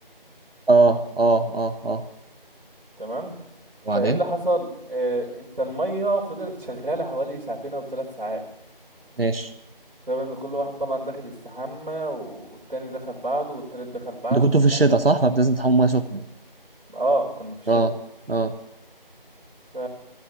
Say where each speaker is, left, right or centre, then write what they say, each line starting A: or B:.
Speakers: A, on the right (about 80°); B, on the right (about 65°).
A: اه اه اه اه
B: تمام
A: وبعدين
B: فايه اللي حصل آه انت الميه فضلت شغاله حوالي ساعتين او ثلاث ساعات
A: ماشي
B: بسبب ان كل واحد طبعا داخل يستحمى والتاني دخل بعده والتالت دخل بعده
A: انتوا كنتوا
B: ومش
A: في الشتاء
B: عارف ايه
A: صح فلازم تحموا ميه سخنه
B: اه كنا في الشتاء
A: اه اه
B: ف